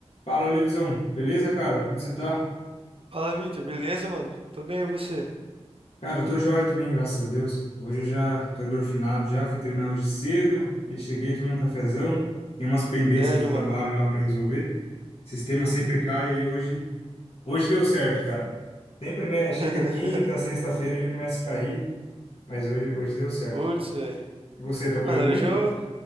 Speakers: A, on the left; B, on the right.
A: Fala, Levisão. Beleza, cara? Como que você tá?
B: Fala, Vitor, beleza, mano? Tô bem, e você?
A: Cara, eu tô joia também, graças a Deus. Hoje eu já tô endorfinado já, fui treinar hoje cedo, aí cheguei, tomei um cafezão, tem umas pendências
B: Sério,
A: do trabalho
B: mano.
A: lá pra resolver. O sistema sempre cai, aí hoje, hoje deu certo, cara. Sempre, né? Chega
B: <laughs>
A: quinta, sexta-feira ele começa a cair, mas hoje, hoje deu certo.
B: Putz, velho.
A: E você, trabalhando
B: Mano, hoje
A: muito?
B: eu,